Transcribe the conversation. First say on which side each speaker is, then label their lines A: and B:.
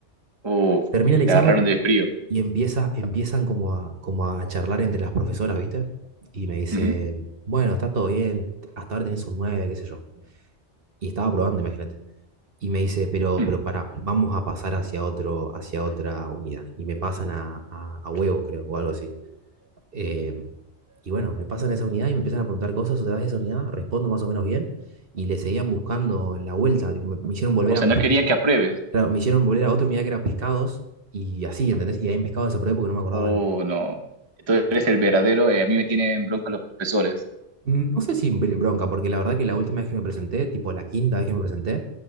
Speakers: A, on the right; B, on the right.
A: Uf,
B: Termina el examen
A: te agarraron de frío.
B: y empieza, empiezan como a, como a charlar entre las profesoras, ¿viste? Y me dice,
A: Ujú.
B: bueno, está todo bien, hasta ahora tenés un 9 qué sé yo. Y estaba probando, imagínate. Y me dice, pero,
A: Mm.
B: pero para, vamos a pasar hacia otro, hacia otra unidad. Y me pasan a, a, a huevos, creo, o algo así. Eh, y bueno, me pasan a esa unidad y me empiezan a preguntar cosas otra vez de esa unidad, respondo más o menos bien, y le seguían buscando la vuelta, tipo, me, me hicieron volver
A: O sea,
B: a
A: no
B: pes-
A: querían que apruebes.
B: claro, me hicieron volver a otra unidad que era pescados, y así, ¿entendés? Y ahí en pescados desaprovechado porque no me acordaba.
A: Oh,
B: el-
A: no. Tú eres el verdadero, eh, a mí me tienen bronca los profesores.
B: Mm, No sé si bronca, porque la verdad que la última vez que me presenté, tipo la quinta vez que me presenté,